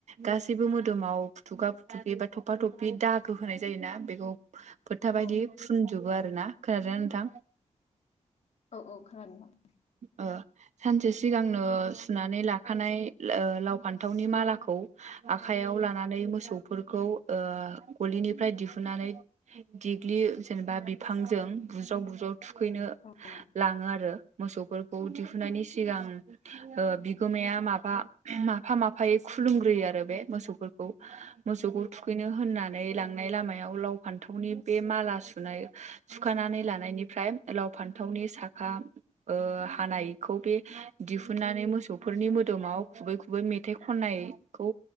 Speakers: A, on the right (about 65°); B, on the left (about 60°).
A: गासैबो मोदोमाव फुथुगा फुथुखि बा थफा थफि दागो होनाय जायो ना बेखौ फोथा
B: औ
A: बादि फुनजोबो आरोना खोनादोंना नोंथां?
B: औ औ खोनादो नोंथां।
A: ओ सानसे सिगांनो सुनानै लाखानाय लो लाव फान्थावनि मालाखौ आखाइयाव लानानै मोसौफोरखौ ओ गलिनिफ्राय दिहुननानै देग्लि जेनेबा बिफांजों बुज्राव बुज्राव थुखैनो
B: औ
A: लाङो आरो मोसौफोरखौ दिहुननायनि सिगां ओ बिगोमाया माबा माफा माफायै खुलुमग्रोयो आरो बे मोसौफोरखौ। मोसौखौ थुखैनो होननानै लांनाय लामायाव लाव फान्थावनि बे माला सुनाय सुखानानै लानायनिफ्राय लाव फान्थावनि साखा ओ हानायखौ बे दिहुननानै मोसौफोरनि मोदोमाव खुबै खुबै मेथाइ खननाय खौ